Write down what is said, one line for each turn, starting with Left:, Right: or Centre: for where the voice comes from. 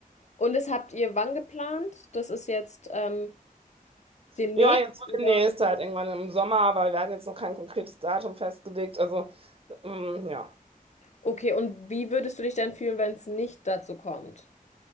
Left: Und das habt ihr wann geplant? Das ist jetzt ähm, demnächst,
Right: Ja, jetzt so
Left: oder?
Right: demnächst halt irgendwann im Sommer, aber wir hatten jetzt noch kein konkretes Datum festgelegt. Also, ähm, ja.
Left: Okay, und wie würdest du dich dann fühlen, wenn es nicht dazu kommt?